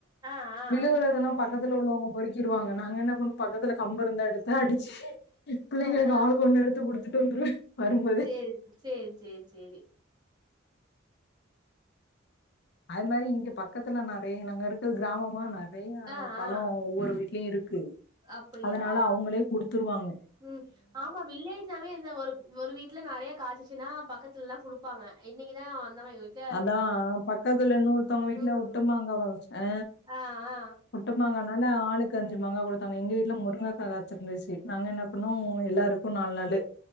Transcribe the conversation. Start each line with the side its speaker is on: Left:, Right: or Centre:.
Right: ஆ ஆ
Left: விழுகறதெல்லாம் பக்கத்துல உள்ளவங்க பொறிக்கிருவாங்க நாங்க என்ன பண்வோம் பக்கத்துல கம்புருந்தா எடுத்து அடிச்சி எ புள்ளைங்களுக்கு
Right: ஆ ஆ
Left: ஆளூக்கொன்னு எடுத்து குடுத்துட்டு வந்துருவேன் வரும்போது
Right: செரிப் சேரி சேரி சேரி
Left: அது மாரி இங்க பக்கத்துல நறைய நாங்க இருக்கறது கிராமமா ந நெறையா
Right: ஆ
Left: பழோம்
Right: ஆ
Left: ஒவ்வொரு வீட்லயும் இருக்கு
Right: அப்டியா
Left: அதனால அவுங்களே குடுத்துருவாங்க
Right: ம் ஆமா வில்லேஜ் நல்லாவே இல்ல ஒரு ஒரு வீட்ல நெறய காச்சு சுன்னா பக்கத்துலல்லா குடுப்பாங்க இன்னைக்குதா அந்த மாரி இது
Left: அதா பக்கத்துல இன்னொருத்தவங்க வீட்ல
Right: ம்
Left: ஒட்டுமாங்கவ வச்ச அ
Right: ஆ ஆ
Left: ஒட்டு மாங்கானால ஆளுக்கு அஞ்சு மாங்கா கொடுத்தாங்க எங்க வீட்ல முருங்கக்கா காய்ச்சிர்ந்துச்சு நாங்க என்னப் பண்ணுவோ எல்லாருக்கு நாலு நாலு